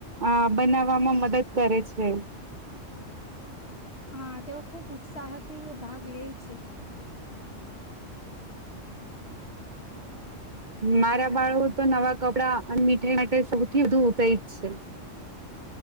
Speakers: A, on the right; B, on the left.
A: આ બનાવવામાં મદદ કરે છે.
B: હા. તેઓ ખુબ ઉત્સાહથી ભાગ લે છે.
A: મારા બાળ તો નવા કપડા અને મીઠાઈ માટે સૌથી વધુ ઉપેજ છે